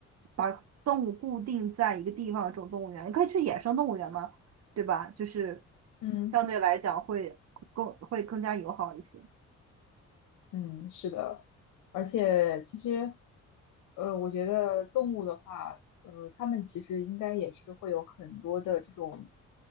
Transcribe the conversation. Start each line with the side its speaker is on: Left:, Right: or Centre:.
Right: 把动物固定在一个地方的这种动物园，你可以去野生动物园嘛，对吧？就是
Left: 嗯
Right: 相对来讲会更会更加友好一些。
Left: 嗯，是的，而且其实呃，我觉得动物的话，呃，它们其实应该也是会有很多的这种